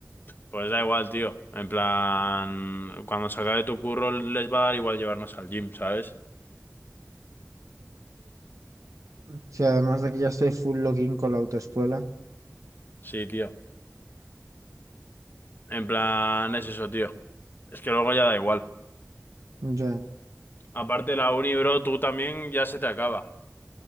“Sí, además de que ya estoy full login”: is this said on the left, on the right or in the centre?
Right